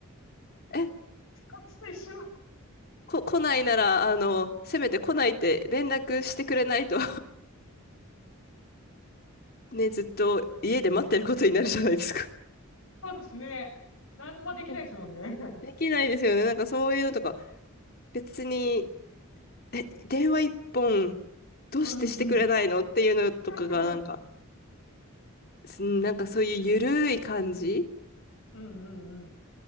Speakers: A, on the left; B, on the left.
A: <laughs> え、
B: カツと一緒。
A: こ、来ないなら、あの、せめて来ないって連絡してくれないと <laughs> ね、ずっと家で待ってることになるじゃないですか
B: そうですね。何もできないですもんね。
A: <laughs>
B: <laughs>
A: できないですよね。なんかそういうのとか、別に、え、電話一本、どうしてしてくれないのっていうのとかが、
B: うんうん。<laughs>
A: なんか、すなんかそういうゆるい感じ
B: うんうん